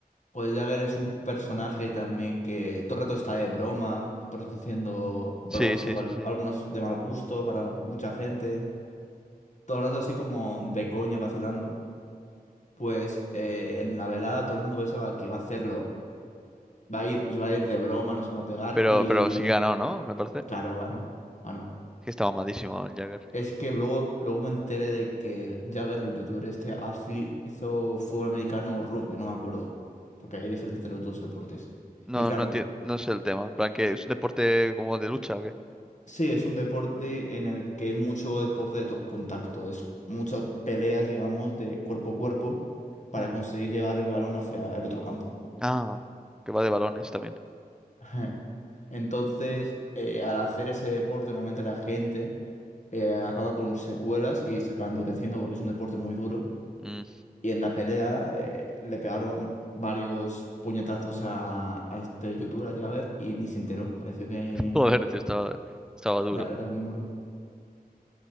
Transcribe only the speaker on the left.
pues Jagger es un personaje también que todo el rato está de broma, todo el rato haciendo bromas
igual,
algunos de mal gusto para mucha gente. Todo el rato así como de coña, vacilando. Pues eh, en la velada todo el mundo pensaba que iba a hacerlo, va a ir, iba a ir de broma, nos iba a pegar
y...
Claro, ganó. Ganó.
Es que luego, luego me enteré de que Jagger, el youtuber este, haci- hizo fútbol americano o rugby, no me acuerdo. Porque hay diferencia entre los dos deportes.
Y claro,
sí, es un deporte en el que es mucho deporte de to- contacto. Es muchas peleas, digamos, de cuerpo a cuerpo para
conseguir llevar el balón hacia el otro campo.
Ajá. Entonces, eh, al hacer ese deporte, normalmente la gente eh, acaba con secuelas y se acaba endureciendo porque es un deporte muy duro.
Y en la pelea eh, le pegaron varios puñetazos a, a este youtuber, a Jagger, y ni se enteró. Pareció que
era, era un muro.